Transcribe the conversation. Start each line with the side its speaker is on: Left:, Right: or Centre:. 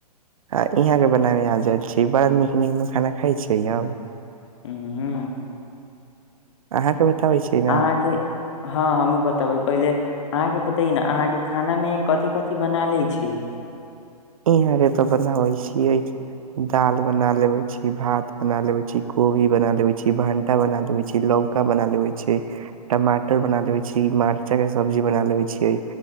Right: आ इहाँके बनाबे आ जायल छी बड़ा नीक नीक नु खाना खाइ छियै अब
Left: हूं
Right: अहाँके बतबै छियै
Left: अहाँके
Right: न
Left: हँ हमूँ बतबै पहिले अहाँके बतै न अहाँके खानामे कथि कथि बना लै छी
Right: इहाँले तऽ बनाबै छियै दाल बना लेबै। छी, भात बना लेवै छी, कोभी बना लेबै, छी भंटा बना लेबै छी, लौका बना लेबै छी, टमाटर बना लेबै छी, मर्चा के सब्जी बना लेवे छीयै